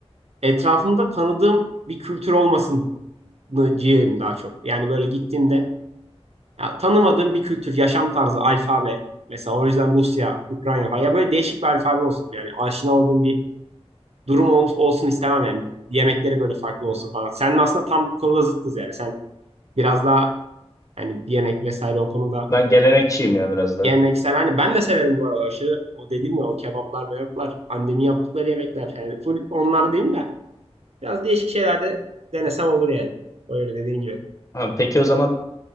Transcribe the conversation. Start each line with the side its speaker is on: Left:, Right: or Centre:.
Right: etrafımda tanıdığım bir kültür olmasını ciğerim daha çok. Yani böyle gittiğimde ya, tanımadığım bir kültür, yaşam tarzı, alfabe. Mesela o yüzden Rusya, Ukrayna falan. Ya böyle değişik bir alfabe olsun. Yani aşina olduğum bir durum ol- olsun istemem yani. Yemekleri böyle farklı olsun falan. Senin aslında tam bu konuda zıttız yani. Sen biraz daha hani yemek vesaire o konuda
Left: Ben gelenekçiyim ya biraz daha.
Right: Geleneksel hani ben de severim bu arada aşırı o dediğim ya o kebaplar mebaplar annemin yaptıkları yemekler yani full onlar değil de biraz değişik şeylerde denesem olur yani öyle dediğin gibi.
Left: Ha, peki o zaman